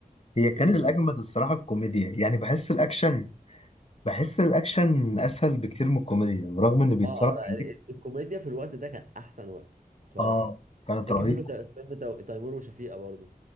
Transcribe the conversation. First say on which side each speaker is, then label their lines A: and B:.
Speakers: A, on the left; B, on the right.
A: هي كان
B: ايه تاني
A: الاجمد الصراحه الكوميديا يعني بحس الاكشن بحس الاكشن اسهل بكتير من الكوميديا برغم ان بيتصرف
B: اه آه، لا
A: عليه
B: ال- ال- الكوميديا في الوقت ده كان احسن وقت بصراحه
A: اه كانت
B: فاكر
A: رهيبه
B: فيلم تا- فيلم تا- تيمور وشفيقه برضه